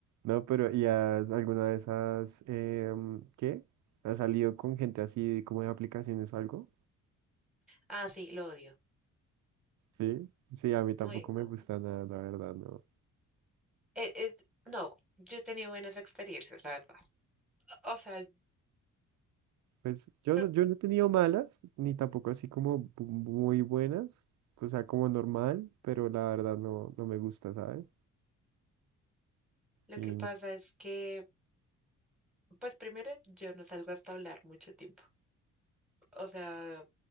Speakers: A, on the right (about 75°); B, in the centre.
A: No, pero ¿y has alguna vez has... em, ¿qué? ¿Has salido con gente así como de aplicaciones o algo?
B: ah, sí, lo odio.
A: Sí, sí, a mí tampoco
B: Uy, no.
A: me gusta nada, la verdad, no.
B: Eh, eh, no, yo he tenido buenas experiencias, la verdad. O sea,
A: Pues yo
B: lo
A: no, yo no he tenido malas, ni tampoco así como bu- muy buenas, o sea, como normal, pero la verdad no, no me gusta, ¿sabes?
B: lo
A: Y
B: que pasa
A: no.
B: es que, pues primero, yo no salgo hasta hablar mucho tiempo. O sea,